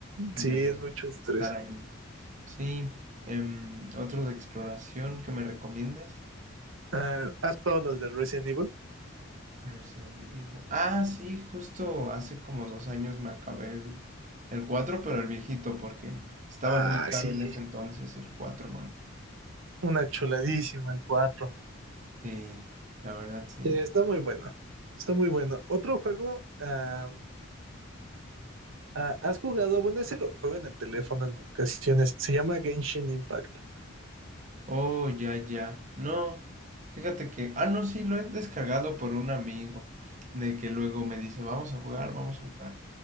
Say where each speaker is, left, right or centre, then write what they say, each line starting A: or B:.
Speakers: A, on the right; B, on the right.
A: de
B: Sí, es mucho estrés.
A: estar ahí. Sí, em, otro de exploración que me recomiendes.
B: Ah, ¿Has jugado los de Resident Evil?
A: Resident Evil. Ah, sí, justo hace como dos años me acabé el, el cuatro pero el viejito, porque estaba
B: Ah,
A: muy caro
B: sí,
A: en ese entonces el 4 nuevo.
B: una chuladísima el 4.
A: Sí, la verdad sí.
B: Eh, está muy bueno, está muy bueno. Otro juego, ah, ah, ¿has jugado? Bueno, ese lo juego en el teléfono en ocasiones. Se llama Genshin Impact.
A: Oh, ya, ya. No, fíjate que. Ah, no, sí, lo he descargado por un amigo, de que luego me dice, vamos a jugar, vamos a jugar.